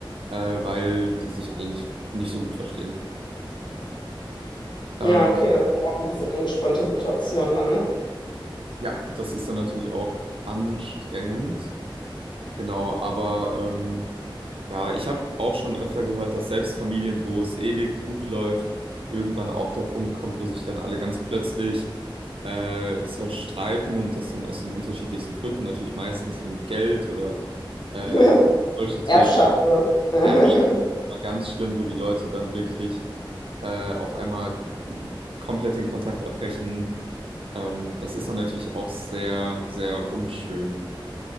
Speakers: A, on the right; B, on the left.
A: äh, weil die sich alle nicht, nicht so gut verstehen. Ähm,
B: Ja, okay, das ist auch ein bisschen angespannte Situation dann, ne?
A: Ja, das ist dann natürlich auch anstrengend, genau, aber ähm, ja, ich habe auch schon öfter gehört, dass selbst Familien, wo es ewig gut läuft, irgendwann auch der Punkt kommt, wo sich dann alle ganz plötzlich äh, zerstreiten und das dann aus den unterschiedlichsten Gründen, natürlich meistens irgendwie Geld oder äh,
B: <laughs>
A: solche Themen,
B: Erbschaft. Ne? <laughs>
A: Erbschaft war ganz schlimm, wo die Leute dann wirklich äh, auf einmal komplett den Kontakt abbrechen ähm, das ist dann natürlich auch sehr, sehr unschön.